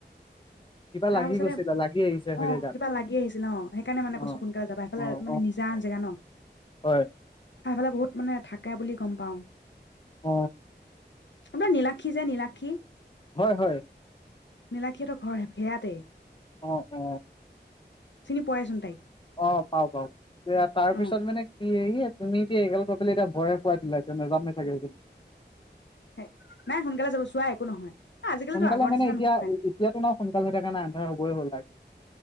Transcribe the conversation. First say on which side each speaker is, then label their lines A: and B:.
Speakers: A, on the left; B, on the left.
A: কিবা লাগি
B: তাৰ পিছতে
A: গৈছিলে লাগি আহিছে চাগে
B: অ
A: গাত
B: কিবা লাগি আহিছিল অ সেইকাৰণে মানে
A: অ
B: কৈছো সোনকালে যাবা এফালে
A: অ অ
B: নিজান
A: অ
B: জেগা ন
A: হয়
B: এই ফালে বহুত মানে থাকে বুলি গম পাওঁ
A: অ
B: আপোনাৰ নীলাক্ষী যে নীলাক্ষী
A: হয় হয়
B: নীলাক্ষী হঁতৰ ঘৰ সেয়াতেই
A: অ অ
B: চিনি পোৱাইচোন তাইক।
A: অ পা পাওঁ এ তাৰ
B: অ
A: পিছত মানে। তুমি এতিয়া এইগাল কৈ পেলাই এতিয়া ভয় হে খুৱাই দিলা নোজান নেথাকে।
B: হ নাই সোনকালে যাব চোৱা একো নহয়। আজিকালিতো
A: সোনকালে
B: আগৰ
A: মানে
B: নিচিনা
A: এতিয়া
B: নহয়
A: এতিয়াতো নাই সোনকাল হৈ থকা নাই। হা শুবয়ে হ'ল পাই।